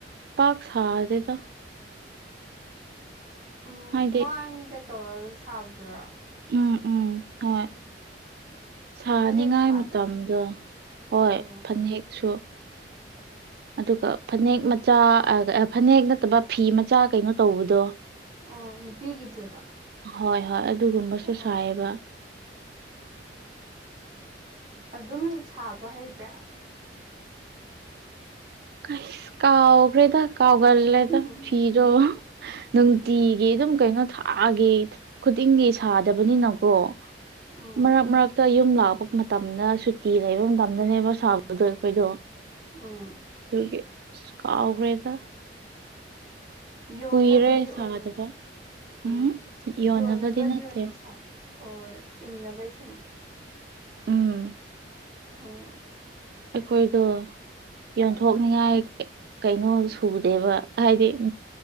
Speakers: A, on the right (about 60°); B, on the right (about 25°).
A: ꯄꯥꯛ ꯁꯥꯗꯦꯗ
B: ꯎꯝ
A: ꯍꯥꯏꯗꯤ
B: ꯈ꯭ꯋꯥꯡꯗ ꯇꯧꯔꯒ ꯁꯥꯕꯗꯨꯔꯣ
A: ꯎꯝ ꯎꯝ ꯍꯣꯏ ꯁꯥꯅꯤꯉꯥꯏ
B: ꯐꯅꯦꯛ ꯁꯥꯕ꯭ꯔꯥ
A: ꯃꯇꯝꯗꯣ ꯍꯣꯏ
B: ꯎꯝ
A: ꯐꯅꯦꯛꯁꯨ ꯑꯗꯨꯒ ꯐꯅꯦꯛ ꯃꯆꯥ ꯐꯅꯦꯛ ꯅꯠꯇꯕ ꯐꯤ ꯃꯆꯥ ꯀꯩꯅꯣ ꯇꯧꯕꯗꯣ
B: ꯑꯣ ꯅꯨꯄꯤꯒꯤꯗꯨꯔꯣ
A: ꯍꯣꯏ ꯍꯣꯏ ꯑꯗꯨꯒꯨꯝꯕꯁꯨ
B: ꯑꯣ
A: ꯁꯥꯏꯑꯕ
B: ꯑꯗꯨꯝ ꯁꯥꯕ ꯍꯩꯕ꯭ꯔꯥ
A: ꯑꯁ ꯀꯥꯎ ꯒ꯭ꯔꯦꯗ ꯀꯥꯎꯒꯜꯂꯦꯗ
B: ꯎꯝ
A: ꯐꯤꯗꯣ ꯅꯨꯡꯇꯤꯒꯤ ꯑꯗꯨꯝ ꯀꯩꯅꯣ ꯊꯥꯒꯤ ꯈꯨꯗꯤꯡꯒꯤ ꯁꯥꯗꯕꯅꯤꯅꯀꯣ
B: ꯎꯝ
A: ꯃꯔꯛ ꯃꯔꯛꯇ ꯌꯨꯝ ꯂꯥꯛꯄ ꯃꯇꯝꯗ ꯁꯨꯇꯤ ꯂꯩꯕ ꯃꯇꯝꯗꯅꯦꯕ ꯁꯥꯕꯗꯣ ꯑꯩꯈꯣꯏꯗꯣ
B: ꯑꯨꯝ
A: ꯑꯗꯨꯒꯤ ꯏꯁ ꯀꯥꯎꯈ꯭ꯔꯦꯗ
B: ꯌꯣꯟꯅꯕꯒꯤ
A: ꯀꯨꯏꯔꯦ
B: ꯑꯣꯏꯅ
A: ꯁꯥꯗꯕ
B: ꯑꯨꯝ
A: ꯎꯝ ꯌꯣꯟꯅꯕꯗꯤ
B: ꯌꯣꯟꯅꯕꯒꯤ
A: ꯅꯠꯇꯦ
B: ꯑꯣꯏꯅ ꯁꯥꯕꯔ ꯑꯣ ꯏꯪꯅꯕꯩ ꯁꯨꯝ
A: ꯎꯝ
B: ꯑꯝ
A: ꯑꯩꯈꯣꯏꯗꯣ ꯌꯣꯟꯊꯣꯛꯅꯤꯉꯥꯏ
B: ꯑꯥ
A: ꯀꯩꯅꯣ ꯁꯨꯗꯦꯕ ꯍꯥꯏꯗꯤ